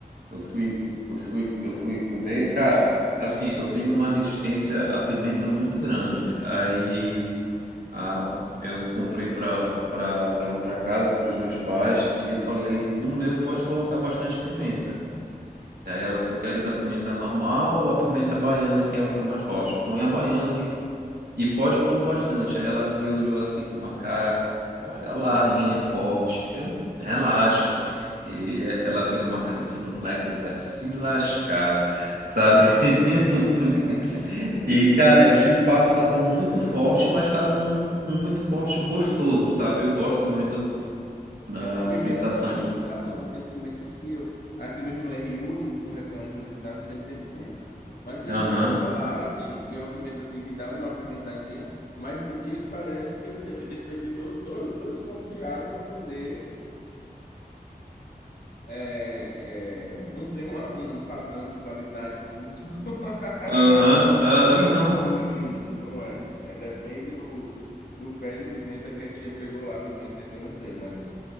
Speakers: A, on the right; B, on the left.
A: eu fui, eu fui, eu fui comer, cara, assim, eu tenho uma resistência à pimenta muito grande. Aí a, eu comprei pra, pra levar pra casa pros meus pais e eu falei, no meu pode colocar bastante pimenta. Aí ela, tu queres a pimenta normal ou a pimenta baiana, que é a que é mais forte? Põe a baiana e pode pôr bastante. Aí ela me olhou assim com uma cara, olha lá, hein, é forte. Eu, relaxa. E é, ela fez uma cara, esse moleque vai se lascar, sabe? <laughs>
B: <laughs>
A: E, cara, de fato tava muito forte, mas tava um, um muito forte e gostoso, sabe? Eu gosto muito da
B: É porque pimenta
A: sensação
B: depende
A: de
B: muito da mão. Tem pimentas que eu- aqui mesmo no RU, ele- no restaurante universitário, sempre tem pimenta. Mas tem
A: aham,
B: dia que tá light, que é uma pimenta assim que dá uma apimentadinha, mas tem dia que parece que eu te- eu tenho, que beber do- do- dois, copos de água para poder. é, é, não tem uma- um padrão de qualidade muito. <laughs>
A: aham, aham,
B: Não é o ISO
A: não,
B: 9001, não é. É, depende do, do pé de pimenta que a tia pegou lá, pimenta que eu não sei, mas.